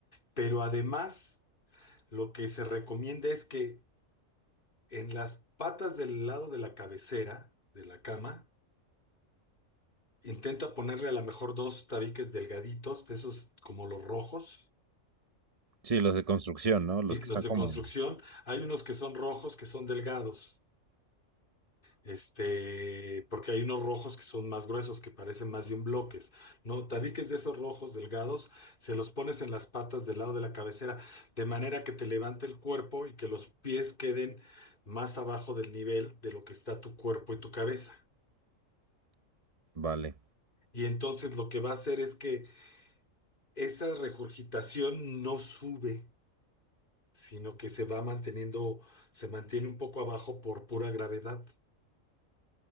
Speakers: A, on the left; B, on the right.
A: Pero además, lo que se recomienda es que en las patas del lado de la cabecera de la cama, intenta ponerle a lo mejor dos tabiques delgaditos, de esos como los rojos
B: Sí, los de construcción, ¿no? Los
A: ¿sí?
B: que
A: Los
B: están
A: de
B: como
A: construcción,
B: en...
A: hay unos que son rojos, que son delgados, este, porque hay unos rojos que son más gruesos, que parecen más bien bloques, ¿no? Tabiques de esos rojos delgados, se los pones en las patas del lado de la cabecera, de manera que te levante el cuerpo y que los pies queden más abajo del nivel de lo que está tu cuerpo y tu cabeza.
B: Vale.
A: Y entonces lo que va a hacer es que esa regurgitación no sube, sino que se va manteniendo, se mantiene un poco abajo por pura gravedad.